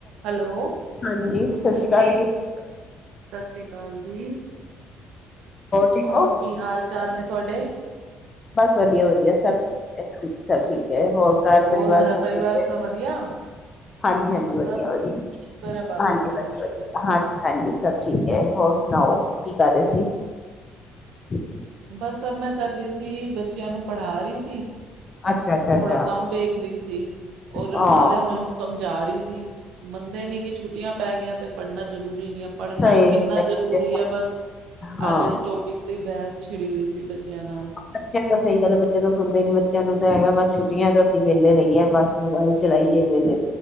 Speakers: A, on the right; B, on the left.
A: Hello
B: ਹਾਂਜੀ ਸਤਿ
A: ਹਾਂਜੀ
B: ਸ਼੍ਰੀ ਅਕਾਲ ਜੀ।
A: ਸਤਿ ਸ੍ਰੀ ਅਕਾਲ ਜੀ
B: ਠੀਕ
A: ਹੋਰ
B: ਹੋ?
A: ਕੀ ਹਾਲ ਚਾਲ ਨੇ ਤੁਹਾਡੇ
B: ਬਸ ਵਧੀਆ ਵਧੀਆ ਸਭ ਠੀਕ ਹ ਸਭ ਠੀਕ ਹੈ ਹੋਰ ਘਰ
A: ਹੋਰ
B: ਪਰਿਵਾਰ
A: ਘਰ
B: ਸਭ
A: ਪਰਿਵਾਰ
B: ਠੀਕ
A: ਸਭ
B: ਹੈ
A: ਵਧੀਆ?
B: ਹਾਂਜੀ ਹਾਂਜੀ
A: ਸਭ
B: ਵਧਆ ਵਧੀਆ
A: ਸ਼ੁਕਰ ਹੈ ਬਾਬਾ
B: ਹਾਂਜੀ
A: ਜੀ
B: ਵ
A: ਦਾ ਸ਼ੁਕਰ ਹੈ।
B: ਹਜੀ ਹਾਂਜੀ ਸਭ ਠੀਕ ਹੈ ਹੋਰ ਸੁਣਾਓ ਕੀ ਕਰ ਰਹੇ ਸੀ ਅੱ <inaudible>
A: ਬਸ ਅਬ ਮੈਂ ਕਰ ਰਹੀ ਸੀ ਬੱਚਿਆਂ ਨੂੰ ਪੜ੍ਹਾ ਰਹੀ ਸੀ
B: ਅੱਛਾ ਅੱਛਾ
A: ਥੋੜਾ
B: ਅੱਛਾ।
A: ਕੰਮ ਵੇਖ ਰਹੀ ਸੀ ਔਰ ਉਹ
B: ਆਹ
A: ਨਾਲੇ ਉਹਨਾਂ ਨੂੰ ਸਮਝਾ ਰਹੀ ਸੀ ਮੰਨਦੇ ਨੀ ਛੁੱਟੀਆਂ ਪੈ ਗਆਂ ਤੇ ਪੜ੍ਹਨਾ ਜ਼ਰੂਰੀ ਨਹੀਂ ਆ ਪੜ੍ਹਨਾ
B: ਸਹੀ
A: ਕਿੰਨਾ
B: ਗੱਲ
A: ਜ਼ਰੂਰੀ ਹੈ ਬਸ
B: ਹਾਂ।
A: ਅੱਜ ਇਸ ਟੋਪਿਕ ਤੇ ਬੈਸ ਛਿੜੀ ਹੋਈ ਸੀ ਬੱਚਿਆਂ ਨਾਲ
B: ਬੱਚਿਆਂ ਤਾਂ ਸਹੀ ਗੱਲ ਹੈ ਬੱਚੇ ਤਾਂ ਸੁਣਦੇ ਹੀ ਨੀ ਬੱਚਿਆਂ ਨੂੰ ਤਾਂ ਹੈਗਾ ਬਸ ਛੁੱਟੀਆਂ ਤਾਂ ਅਸੀਂ ਵਹਲੇ ਰਹੀਏ ਬਸ ਮੋਬਾਇਲ ਚਲਾਈਏ ਵਹਲੇ